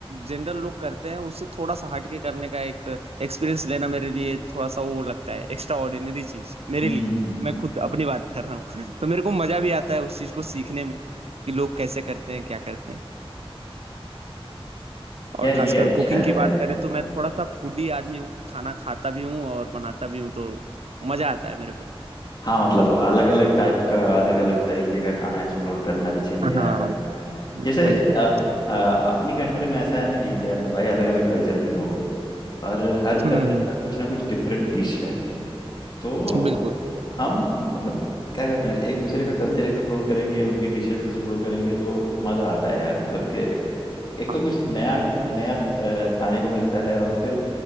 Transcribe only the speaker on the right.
जनरल लोग करते हैं उससे थोड़ा सा हट के करने का एक एक्सपीरियंस लेना मेरे लिए थोड़ा सा वो लगता है एक्स्ट्रा ऑर्डिनरी चीज मेरे
लिए
मैं खुद अपनी बात कर रहा हूँ <laughs> तो मेरे को मजा भी आता है उस चीज को सीखने में कि लोग कैसे करते हैं क्या करते हैं और
खासकर
कुकिंग
की बात
करें तो मैं थोड़ा सा फूडी आदमी हूँ खाना खाता भी हूँ और बनाता भी हूँ तो मजा आता है मेरे को
हाँ
बिल्कुल
हम्म हम्म,
बिल्कुल
हाँ